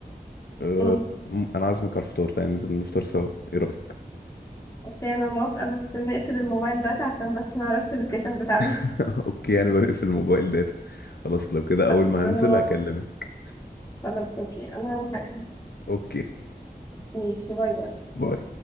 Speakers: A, on the left; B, on the left.
A: أه
B: امم
A: م- انا عازمك على الفطار تعالى ننزل نفطر سوا ايه رايك
B: اوكي انا موافقة بس نقفل الموبايل ده عشان بس ما نعرفش اللوكيشن بتاعنا
A: <laughs> اوكي يعني بقفل الموبايل داتا خلاص لو كده اول
B: <laughs> بس
A: ما هنزل
B: انا موافقة
A: اكلمك
B: خلاص اوكي انا هروح اجهز
A: اوكي
B: ماشي باي باي
A: باي